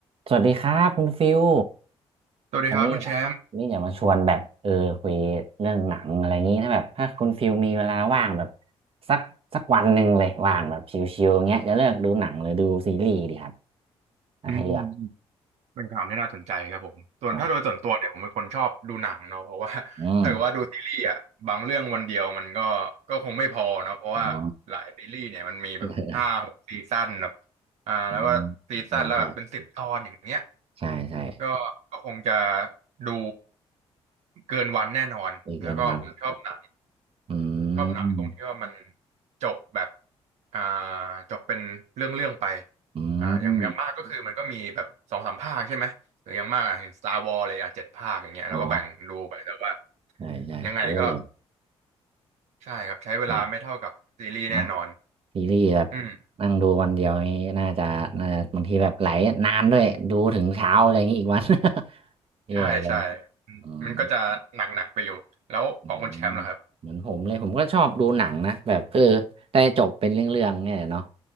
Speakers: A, on the right; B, on the right.
A: สวัสดีครับคุณฟิว
B: สวัสดีครับคุณแชมป์
A: วันนี้วันนี่อยากมาชวนแบบเออคุยเรื่องหนังอะไรอย่างนี้ถ้าแบบถ้าคุณฟิวมีเวลาว่างแบบสักสักวันหนึ่งเลยว่างแบบชิวๆอย่างเงี้ยจะเลือกดูหนังหรือดูซีรีส์ดีครับอ่ะให้เลือก
B: อืมเป็นขถามที่น่าสนใจครับผมส่วนถ้าโดยส่วนตัวเนี่ยผมเป็นคนชอบดูหนังเนาะเพราะว่าถ้าเกิดว่าดูซีรีส์อ่ะบางเรื่องวันเดียวมันก็ก็คงไม่พอเนาะเพราะว่าหลายซีรีส์เนี่ยมันมีแบบห้าหกซีซั่นแบบ
A: ครับอืมอ๋อ <laughs> เออ
B: อ่าแล้วก็ซีซั่นแล้วแบบเป็นสิบตอนอย่างเงี้ย
A: อืมใช่ใช่ใช่ใช่
B: ก็ก็คงจะดูเกินวันแน่นอนแล้วก็ผมชอบหนัง
A: ดีเกินวันอื
B: ชอบหนังตรงที่ว่ามัน
A: ม
B: จบแบบอ่าจบเป็นเรื่องเรื่องไป
A: อืม
B: อ่าอย่างอย่างมากก็คือมันก็มีแบบสองสามภาคใช่ไหมหรืออย่างมากอ่ะเห็น Star เลยอ่ะเจ็ดภาคอย่างเงี้ยเราก็แบ่งดูไปแต่ว่า
A: อ๋อใช่ใช่เยอะเลย
B: ยังไงก็ใช่ครับใช้เวลาไม่เท่ากับซีรีส์แน่นอน
A: ครับเนาะ ซีรีส์แบบ
B: อืม
A: นั่งดูวันเดียวนี้น่าจะน่าจะบางทีแบบไหลนานด้วยดูถึงเช้าอะไรอย่างนี้อีกวัน <laughs> แย่เลย
B: ใช่ใช่อืมมันก็จะหนักๆไปอยู่แล้วของคนแชมป์ล่ะครับ
A: อืม อืมเหมือนผมเลยผมก็ชอบดูหนังนะแบบเออได้จบเป็นเรื่องๆเนี่ยเนาะ